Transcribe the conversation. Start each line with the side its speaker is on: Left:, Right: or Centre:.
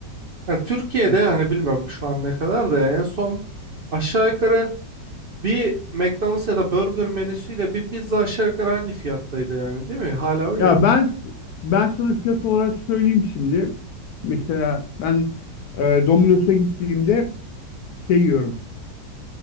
Right: Ya Türkiye'de
Left: Hı hı.
Right: hani bilmiyorum şu an ne kadar da en son aşağı yukarı bir McDonald's ya da burger menüsüyle bir pizza aşağı yukarı aynı fiyattaydı yani değil mi? Hala öyle
Left: Ya
Right: mi?
Left: ben ben sana fiyat olarak söyleyeyim şimdi. Mesela ben e, Domino's'a gittiğimde şey yiyorum.